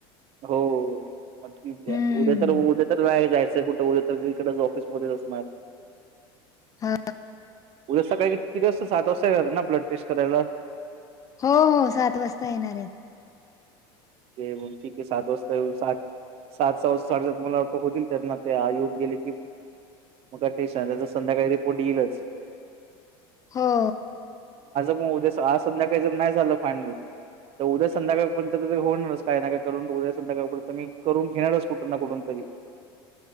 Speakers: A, on the right; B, on the left.
A: हो. म ठीकये
B: हम्म
A: उद्या तर उद्या तर रा जायचंय कुठं उ सगळीकडेच ऑफिसमध्येच असणार.
B: हा
A: उद्या सकाळी किती वाजता सात वाजता येणारे ना ब्लड टेस्ट करायला?
B: हो हो सात वाजता येणार आहेत
A: ते ठीक आहे सात वाजता येऊ सात सात सव साडेसात मलाटो होतील त्यांना ते येऊन गेले कि मग का टेनशन नाई संध्याकाळी रिपोर्ट येईलच.
B: हो.
A: म उद्या आज संध्याकाळी जर नाही झालं फायनल तर उद्या संध्याकाळपर्यंत होणारच काय ना काय करून उया संध्याकाळ मी करून घेणारच कुठून ना कुठून तरी.